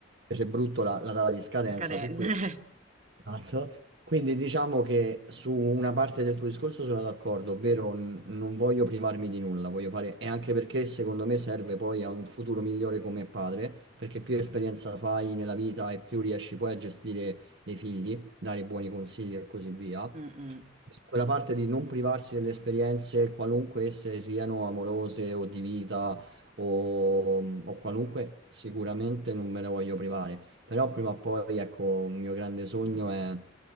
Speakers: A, on the right; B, on the right.
A: c'è brutto la, la data di scadenza
B: decadente.
A: su questo.
B: <laughs>
A: Esatto. Quindi diciamo che su una parte del tuo discorso sono d'accordo, ovvero n- non voglio privarmi di nulla, voglio fare, e anche perché secondo me serve poi a un futuro migliore come padre, perché più esperienza fai nella vita e più riesci poi a gestire dei figli, dare buoni consigli e così via
B: Mm, mm.
A: quella parte di non privarsi delle esperienze, qualunque esse siano amorose o di vita o, o qualunque, sicuramente non me ne voglio privare. Però prima o poi, ecco, un mio grande sogno è,